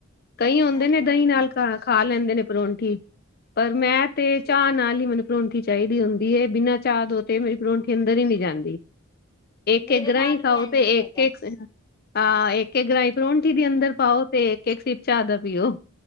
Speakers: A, on the left; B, on the left.
A: ਕਈਂ ਹੁੰਦੇ
B: ਇਹ
A: ਨੇ
B: ਤੇ ਗੱਲ
A: ਦਹੀ ਨਾਲ ਖਾ ਖਾ ਲੈਂਦੇ ਨੇ ਪਰੌਂਠੀ। ਪਰ ਮੈਂ ਤੇ ਚਾਹ ਨਾਲ ਈ ਮੈਨੂੰ ਪਰੌਂਠੀ ਚਾਈਦੀ ਹੁੰਦੀ ਏ, ਬਿਨਾਂ ਚਾਹ ਤੋ ਤੇ ਮੇਰੀ ਪਰੌਂਠੀ ਅੰਦਰ ਹੀ ਨਹੀਂ ਜਾਂਦੀ।
B: ਮੇਰੇ
A: ਇਕ ਗਰਾਂਈ
B: ਨਾਲ ਵੀ
A: ਖਾਓ
B: ਇੰਝ
A: ਤੇ
B: ਹੀ ਹੈਗਾ
A: ਇੱਕ, ਇੱਕ ਆ ਇੱਕ, ਇੱਕ ਗਰਾਈ ਪਰੌਂਠੀ ਦੀ ਅੰਦਰ ਪਾਓ ਤੇ ਇੱਕ, ਇੱਕ ਸਿਪ ਚਾਹ ਦਾ ਪੀਓ।